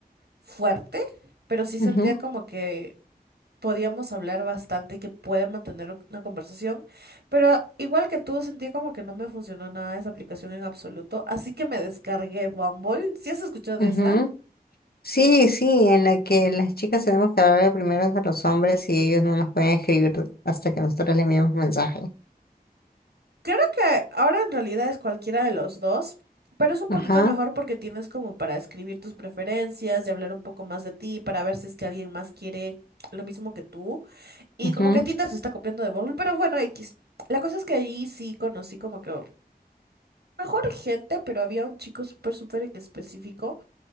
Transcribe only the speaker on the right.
fuerte, pero sí sentía
como que podíamos hablar bastante y que puede mantener una conversación, pero igual que tú, sentía como que no me funcionó nada esa aplicación en absoluto, así que me descargué Bumble. ¿Sí has escuchado
de esa?
Creo que ahora en realidad es cualquiera de los dos, pero es un
poquito mejor porque tienes como para escribir tus preferencias y hablar un poco más de ti, para ver si es que alguien más quiere lo mismo que tú. Y
como que Tinder se está copiando de Bumble, pero bueno, X. La cosa es que ahí sí conocí como que mejor gente, pero había un chico súper, súper en específico